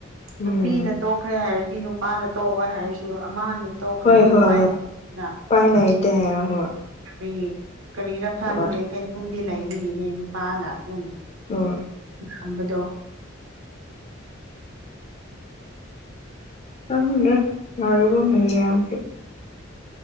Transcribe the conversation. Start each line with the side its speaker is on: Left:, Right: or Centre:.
Right: ꯅꯨꯄꯤꯅ
Left: ꯎꯝ
Right: ꯇꯣꯛꯈ꯭ꯔꯦ ꯍꯥꯏꯔꯗꯤ ꯅꯨꯄꯥꯅ ꯇꯣꯛꯑꯣ ꯍꯥꯏꯔꯁꯨ ꯑꯃꯅ ꯇꯣꯛꯈ꯭ꯔꯗꯤ
Left: ꯍꯣꯏ ꯍꯣꯏ
Right: ꯎꯄꯥꯏꯅ
Left: ꯍꯣꯏ ꯎꯄꯥꯏ ꯂꯩꯇꯦ ꯍꯥꯏꯔ ꯍꯣꯏ
Right: ꯑꯩꯈꯣꯏ ꯀꯔꯤꯔ ꯈꯪꯗꯦ
Left: ꯍꯣꯏ
Right: ꯀꯩꯅꯣꯝꯗꯤ ꯂꯩꯕꯒꯤꯅꯦ ꯅꯨꯄꯥꯅ ꯑꯗꯨꯝ
Left: <inaudible>
Right: ꯉꯝꯕꯗꯣ
Left: ꯈꯪꯗꯦ ꯃꯔꯨꯑꯣꯏꯕ ꯃꯌꯥꯝꯁꯦ